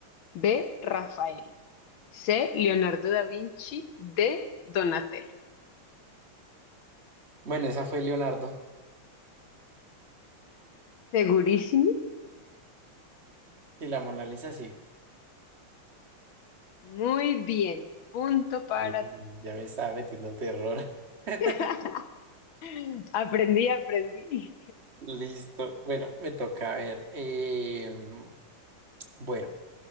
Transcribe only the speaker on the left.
B. Rafael. C. Leonardo da Vinci. D. Donatello.
¿Segurísimo?
Muy bien. Punto para
ti.
<laughs> Aprendí, aprendí.